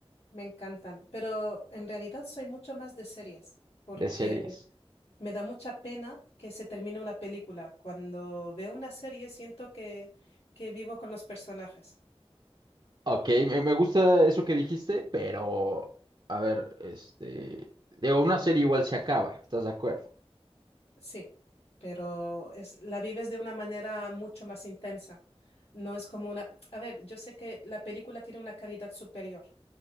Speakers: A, on the left; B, on the right.
A: Me encantan, pero en realidad soy mucho más de series, porque
B: De series.
A: me da mucha pena que se termine una película. Cuando veo una serie siento que, que vivo con los personajes.
B: Ok, me, me gusta eso que dijiste, pero, a ver, este, digo, una serie igual se acaba, ¿estás de acuerdo?
A: Sí, pero es, la vives de una manera mucho más intensa. No es como una... A ver, yo sé que la película tiene una calidad superior,